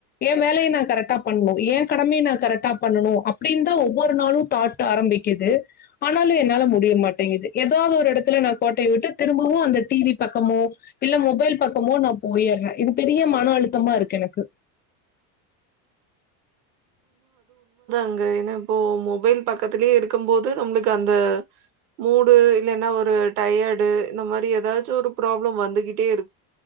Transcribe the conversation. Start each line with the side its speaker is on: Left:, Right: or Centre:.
Left: என் வேலையை நான் கரெக்ட் பண்ணணும் ஏன் கடம நான் கரெக்டா பண்ணனும் அப்ப அப்படின்னு தான் ஒவ்வொரு நாளும் தாட்டு ஆரம்பிக்குது ஆனாலும் என்னால முடிய மாட்டேங்குது ஏதாவது ஒரு இடத்துல நான் கோட்டையை விட்டு திரும்பவும் அந்த டிவி பக்கமும் இல்ல மொபைல் பக்கபோ நான் போயிடுறேன் இது பெரிய மன அழுத்தமா இருக்கு எனக்கு
Right: ங்க ஏன்னா இப்போ மொபைல் பக்கத்திலயே இருக்கும் போோது நம்மளுக்கு அந்த மூடு இல்ன்னா ஒரு டயர்டு இந்த மாதிரி ஏதாச்சும் ஒரு ப்ராப்ளம் வந்துகட்டு இரு